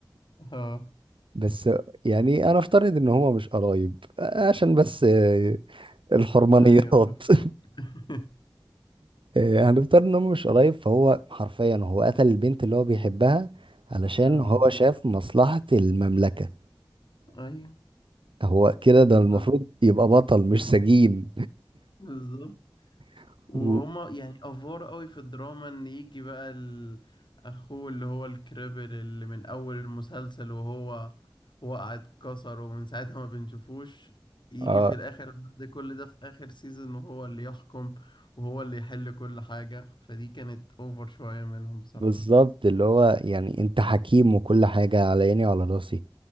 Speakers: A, on the left (about 60°); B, on the right (about 75°).
A: <laughs> اه
B: بس يعني انا افترض ان هو مش قرايب عشان بس آه، الحرمانيات
A: ايوه
B: <laughs>
A: <laughs>
B: آه، هنفترض ان هو مش قرايب فهو حرفيا هو قتل البنت اللي هو بيحبها علشان
A: اه
B: هو شاف مصلحة المملكة
A: ايوه
B: فهو كده ده
A: بالظبط
B: المفروض يبقى بطل مش سجين
A: بالظبط
B: <laughs>
A: وهما
B: و-
A: يعني افوار قوي في الدراما ان يجي بقى ال- اخوه اللي هو الكريبل اللي من اول المسلسل وهو وقع اتكسر ومن ساعتها ما بنشوفوش يجي
B: اه
A: في الاخر بعد كل ده في اخر سيزون وهو اللي يحكم وهو اللي يحل كل حاجة فدي كانت اوفر شوية منهم بصراحة
B: بالظبط اللي هو يعني انت حكيم وكل حاجة على عيني وعلى راسي